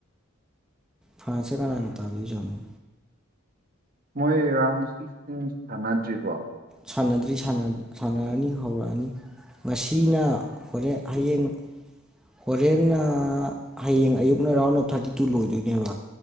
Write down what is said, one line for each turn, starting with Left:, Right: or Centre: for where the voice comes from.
Centre: ꯐ꯭ꯔꯥꯟꯁꯦ ꯀꯅꯥꯒ ꯇꯥꯗꯣꯏꯖꯥꯥꯠꯅꯣ
Right: ꯃꯣꯏꯒꯤ ꯔꯥꯎꯟ ꯁꯤꯛꯁꯇꯤꯟ ꯁꯥꯟꯅꯗ꯭ꯔꯤꯕꯣ
Centre: ꯁꯥꯟꯅꯗ꯭ꯔꯤ ꯁꯥꯟꯅ ꯁꯥꯟꯅꯔꯅꯤ ꯍꯧꯔꯛꯑꯅꯤ ꯉꯁꯤꯅ ꯍꯣꯔꯦꯟ ꯍꯌꯦꯡ ꯍꯣꯔꯦꯟꯅ ꯍꯌꯦꯡ ꯑꯌꯨꯛꯅ ꯔꯥꯎꯟ ꯑꯣꯐ ꯊꯥꯔꯇꯤ ꯇꯨ ꯂꯣꯏꯗꯣꯏꯅꯦꯕ